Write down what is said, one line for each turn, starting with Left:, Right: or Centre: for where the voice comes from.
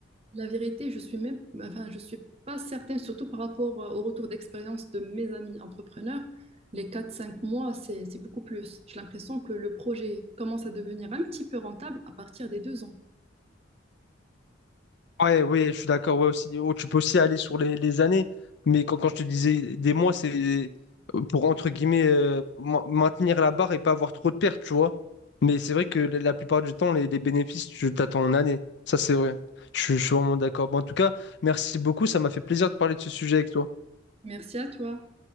Right: La vérité, je suis même, enfin, je suis pas certaine, surtout par rapport euh, au retour d'expérience de mes amis entrepreneurs. Les quatre, cinq mois, c'est, c'est beaucoup plus. J'ai l'impression que le projet commence à devenir un petit peu rentable à partir des deux ans.
Left: Ouais, ouais, je suis d'accord. Ouais, aussi, oh, tu peux aussi aller sur les, les années, mais quand, quand je te disais des mois, c'est euh, pour, entre guillemets, euh, ma- maintenir la barre et pas avoir trop de pertes, tu vois. Mais c'est vrai que la la plupart du temps, les, les bénéfices, tu t'attends en année. Ça, c'est vrai. Je, suis je suis vraiment d'accord. Bon, en tout cas, merci beaucoup. Ça m'a fait plaisir de parler de ce sujet avec toi.
Right: Merci à toi.